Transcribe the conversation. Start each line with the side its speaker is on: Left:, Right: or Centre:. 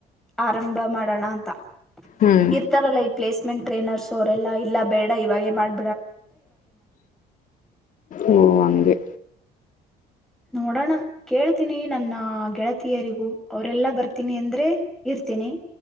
Centre: ಆರಂಭ ಮಾಡೋಣ ಅಂತ
Left: ಹ್ಮ್
Centre: ಇರ್ತಾರಲ್ಲ ಈ ಪ್ಲೇಸ್ ್ಮೆಂಟ್ ಟ್ರೈನರ್ಸ್ ಅವರೆಲ್ಲ ಬೇಡ ಇವಾಗೇ ಮಾಡ್
Left: ಓ ಹಂಗೆ
Centre: ನೋಡೋಣ ಕೇಳ್ತೀನಿ ನನ್ನ ಆ ಗೆಳತಿಯರಿಗೂ ಅವರೆಲ್ಲಾ ಬರ್ತೀನಿ ಅಂದ್ರೆ ಇರ್ತೀನಿ